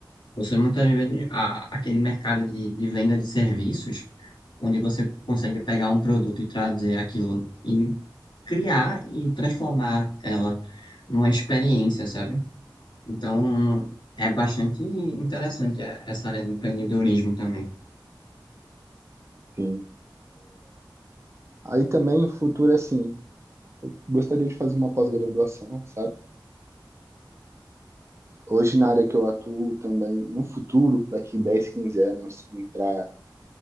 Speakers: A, on the left; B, on the right.
A: Você muitas vezes, a- aquele mercado de, de venda de serviços, onde você consegue pegar um produto e trazer aquilo e criar e transformar ela uma experiência, sabe? Então, não- é bastante interessante é, essa área de empreendedorismo também,
B: Enfim, Aí também o futuro é assim, gostaria de fazer uma pós-graduação, sabe? Hoje na área que eu atuo também, no futuro, daqui 10 15 anos, entrar,